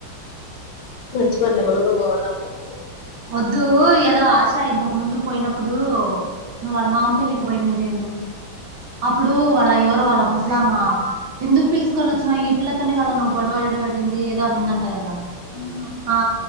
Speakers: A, on the left; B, on the right.
A: మంచి పనిలే మనం కూడా పోవాలనుకోలేదు
B: వద్దు ఏదో ఆశ ఇంతకు ముందు పోయినప్పుడు నువ్వు వాళ్ళ మామ పెళ్లికి పోయినేడి అప్పుడు వాళ్ళ ఎవరు వాళ్ళ ముస్లిమా హిందుూకు పిలుచసుకొని వచ్చినా ఈ పిల్లతోనే కదా నువ్వు గొడవడ పడింది ఏదో అనింది లేదా ఉ ఆ